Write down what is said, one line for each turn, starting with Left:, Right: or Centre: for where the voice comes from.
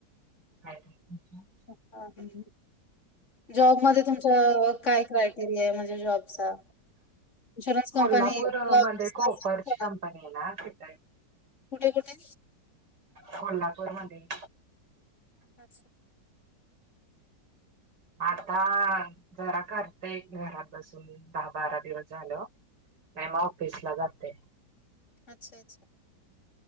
Right: हायत व्यवस्थित.
Left: हां हां. जॉबमध्ये तुमचं काय क्रायटेरिया आहे म्हणजे जॉबचा.? इन्शुरन्स
Right: कोल्हापूर
Left: कंपनी <unintelligible>
Right: मध्ये कोपरची कंपनी आहे ना तिथं
Left: कुठे-कुठे.
Right: कोल्हापूरमध्ये.
Left: पाच.
Right: आता,
Left: तिथे.
Right: जरा काढतय घरात बसून दहा बारा दिवस झालं. नाही म ऑफिसला जातय.
Left: अच्छा-अच्छा.